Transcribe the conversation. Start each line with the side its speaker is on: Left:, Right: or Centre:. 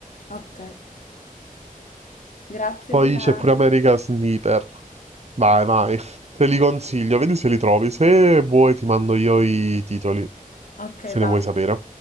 Left: Ok, grazie
Right: Poi
Left: della...
Right: c'è pure America Sniper. Vai, vai. Te li consiglio, vedi se li trovi. Se vuoi ti mando io i titoli,
Left: Ok,
Right: se
Left: vado.
Right: ne vuoi sapere.